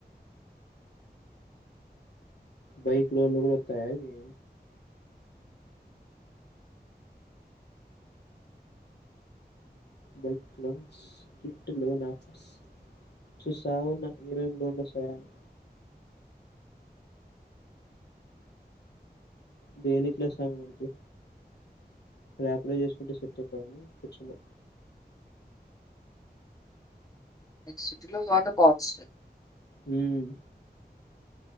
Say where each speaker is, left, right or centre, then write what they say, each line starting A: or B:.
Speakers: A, on the left; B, on the left.
A: బైక్ లోన్ లు కూడా అత్తయ ఇవి bike loans kit loan offers చూసావున్న ఏవేం లోన్లఅస్తాయా అని దేనికిలే స్వామి మనకి రాపిడో చేసుకుంటే సెట్ అయితాగాని కూర్చున్నా
B: నీకు సిటీ లో కాబట్టే బాగస్తాయ్
A: ఉమ్